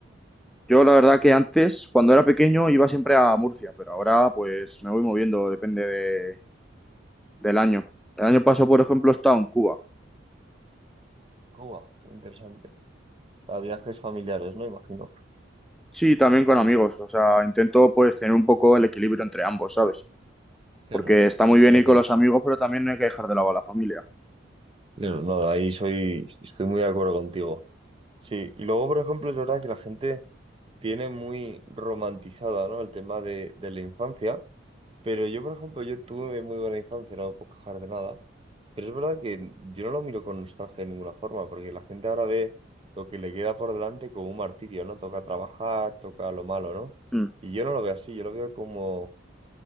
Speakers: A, in the centre; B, on the right.
A: Yo la verdad que antes, cuando era pequeño, iba siempre a Murcia, pero ahora pues me voy moviendo, depende de del año. El año pasado, por ejemplo, he estado en Cuba.
B: Cuba, muy interesante. O sea, viajes familiares, ¿no? Imagino.
A: Sí, también con amigos. O sea, intento pues tener un poco el equilibrio entre ambos, ¿sabes?
B: Claro.
A: Porque está
B: Sí,
A: muy bien
B: sí, haces.
A: ir con los amigos, pero también no hay que dejar de lado a la familia.
B: Claro, no, ahí soy, estoy muy de acuerdo contigo. Sí, y luego, por ejemplo, es verdad que la gente tiene muy romantizada, ¿no? El tema de, de la infancia. Pero yo, por ejemplo, yo tuve muy buena infancia, no me puedo quejar de nada. Pero es verdad que yo no lo miro con nostalgia de ninguna forma, porque la gente ahora ve lo que le queda por delante como un martirio, ¿no? Toca trabajar, toca lo malo, ¿no?
A: Mm.
B: Y yo no lo veo así, yo lo veo como